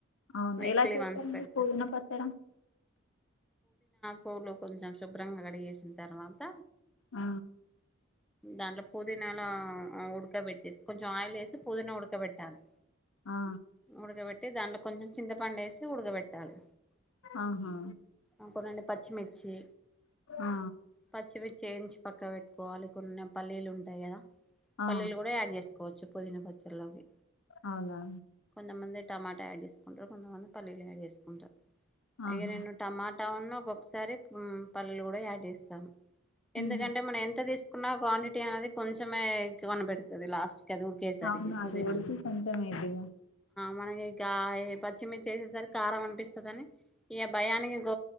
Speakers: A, on the left; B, in the centre.
A: అవున
B: వీక్లీ
A: ఎలా చేస్తార్
B: వన్స్ పెడతా
A: మీర్ పుదినా పచ్చడ
B: పూలు కొంచెం శుభ్రంగా కడిగేసిన తర్వాత
A: ఆ
B: దాంట్లో పుదీనాలో ఉడకబెట్టేసి కొంచెం ఆయిల్ వేసి పుదీనా ఉడకబెట్టాలి
A: ఆ
B: ఉడకబెట్టి దాంట్లో కొంచెం చింతపండేసి ఉడకబెట్ టాలీ
A: ఆహా
B: అక్కనుండి పచ్చిమిర్చి
A: ఆ
B: పచ్చిమిర్చి వేయించి పక్క వెట్టుకోవాలి కొన్నాం పల్లెలు ఉంటాయి కదా
A: ఆ
B: పల్లెలు కూడా యాడ్ చేసుకోవచ్చు పుధీన పచ్చల్లోకి
A: అవునా
B: నమ్మందే టమాటా యాడ్ చేస్ కొంచెపు ఉన్నా కానీ పల్లీలు యాడ్ చేస్ ఉంటా ఆగే
A: ఆహా
B: నేను టమాటా ఉన్న ఒకసారి పల్లిలు కూడా యాడ్ చేస్తాము ఎందుకంటే
A: ఉమ్
B: మనం ఎంత తీసు న్న క్వాన్ టీ అనేది కొంచెమే కనపెడుతది లాస్ట్ కేసరి
A: అవును అది
B: పుధీనా
A: ఉడికి కొంచెం అయిద్దిగా
B: మనకికా పచ్చిమిర్చిేసేసరికి కారం అనిపిస్తధని ఏ భయానికి ఇక